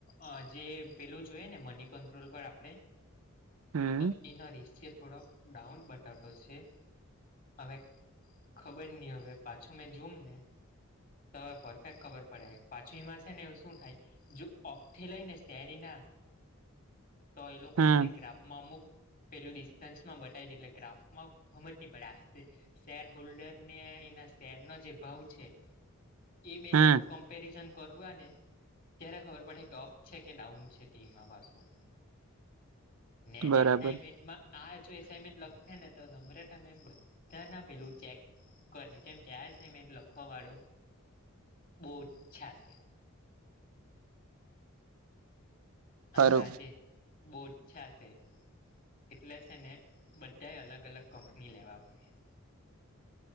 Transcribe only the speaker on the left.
અ જે પેલું જુએ ને મની કંટ્રોલ પર આપણે.
તો એનો રેશિયો થોડોક ડાઉન બતાવતો છે. હવે ખબર ની, હવે પાછું મેં જોમ ને. તો પરફેક્ટ ખબર પડે. પાછુ એમાં છે ને શું થાય, જો ઓફથી લઈને શેર એના. તો એ લોકો
છે ને ગ્રાફમાં અમુક પેલું ડિસ્ટન્સમાં બતાવી દે. એટલે ગ્રાફમાં હમજ ની પડે. <unintelligible> શેરહોલ્ડરને એના શેરનો જે ભાવ છે એ બે
જો કંપ કમપેરીઝન કરવાને, ત્યારે ખબર પડહે કે અપ છે કે ડાઉન છે તેમાં પાછું. ને
એસાઈમેન્ટમા આ જો એસાઈનમેન્ટ લખહે ને, તો નમ્રતા મેમ બધાનું પેલું ચેક કરહે. કેમ કે આ અસાઇમેન્ટ લખવા વાળુ બઉ ઓછા છે.
એટલે આજે બો ઓછા છે. એટલે છે ને, બધાએ અલગ-અલગ કંપની લેવી પડહે.